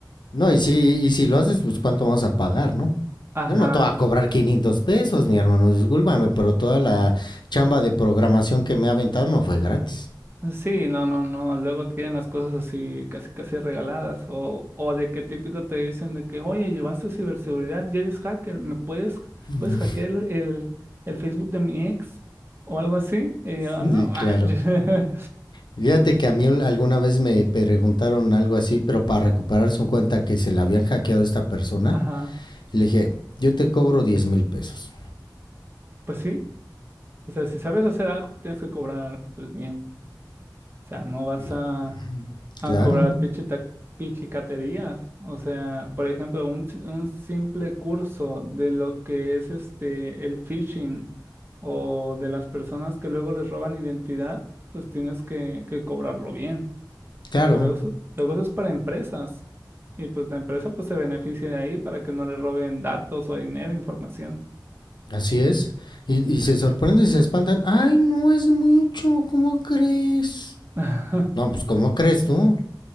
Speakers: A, on the left; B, on the right.
A: No, y si, y si lo haces, pues cuánto vamos a pagar, ¿no?
B: Ajá,
A: Yo no te voy a cobrar 500 pesos, mi hermano, discúlpame, pero toda la chamba de programación que me ha aventado no fue gratis.
B: Sí, no, no, no. Luego tienen las cosas así casi casi regaladas. O, o de qué típico te dicen de que, oye, llevaste ciberseguridad, ya eres hacker, me puedes,
A: <laughs>
B: puedes hackear el, el, el Facebook de mi ex o algo así. Y
A: Sí,
B: yo, no, ma".
A: claro.
B: <laughs>
A: Fíjate que a mí un- alguna vez me preguntaron algo así, pero para recuperar su cuenta que se la habían hackeado a esta persona,
B: Ajá.
A: le dije, yo te cobro diez mil pesos.
B: Pues sí. O sea, si sabes hacer algo, tienes que cobrar, pues bien. O sea, no vas
A: Y,
B: a
A: "Mm,
B: a
A: claro,
B: cobrar pichita- pichicaterías. O sea, por ejemplo, un, si- un simple curso de lo que es este el phishing o de las personas que luego les roban identidad, pues tienes que, que cobrarlo bien,
A: Claro,
B: porque luego eso, luego eso es para empresas. Y pues la empresa pues se beneficia de ahí para que no le roben datos o dinero, información.
A: así es. Y, y se sorprenden y se espantan. Ay, no es mucho, ¿cómo crees?
B: <laughs>
A: No, pues ¿cómo crees tú?